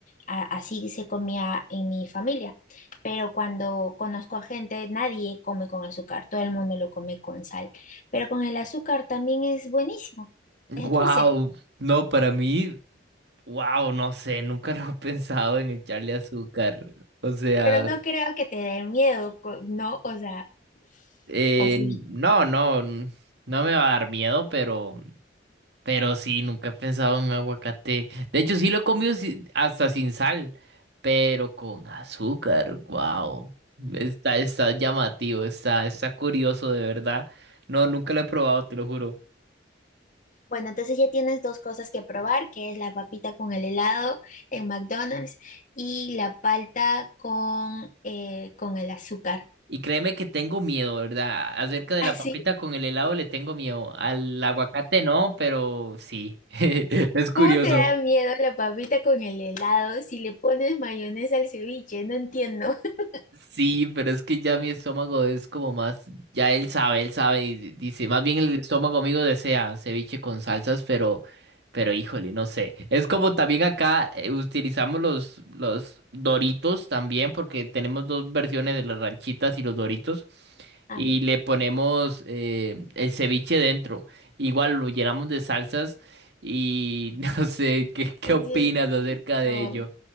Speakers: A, on the left; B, on the right.
A: A- así se comía en mi familia. Pero cuando conozco a gente, nadie come con azúcar, todo el mundo lo come con sal. Pero con el azúcar también es buenísimo,
B: Wow,
A: es dulce.
B: no, para mí, wow, no sé, nunca <laughs> lo he pensado en echarle azúcar. O sea,
A: Pero no creo que te dé miedo, co- ¿no? O sea...
B: eh,
A: O sí.
B: no, no, n- no me va a dar miedo, pero Pero sí, nunca he pensado en un aguacate. De hecho, sí lo he comido si- hasta sin sal, pero con azúcar. Wow. Está, está llamativo, está, está curioso de verdad. No, nunca lo he probado, te lo juro.
A: Bueno, entonces ya tienes dos cosas que probar, que es la papita con el helado en McDonald's y la palta con, eh, con el azúcar.
B: Y créeme que tengo miedo, ¿verdad? Acerca de
A: <laughs>
B: la
A: Así,
B: papita con el helado le tengo miedo. Al aguacate no, pero sí. <laughs> Es curioso.
A: ¿cómo te da miedo la papita con el helado si le pones mayonesa al ceviche? No entiendo. <laughs>
B: Sí, pero es que ya mi estómago es como más, ya él sabe, él sabe y di- dice, más bien el estómago mío desea ceviche con salsas, pero, pero híjole, no sé. Es como también acá eh, utilizamos los, los Doritos también, porque tenemos dos versiones de las ranchitas y los Doritos,
A: Ah,
B: y
A: mira,
B: le ponemos eh, el ceviche dentro. Igual lo llenamos de salsas y <laughs> no sé, ¿qué, qué
A: sí,
B: opinas
A: sí, lo he
B: acerca
A: visto.
B: de ello?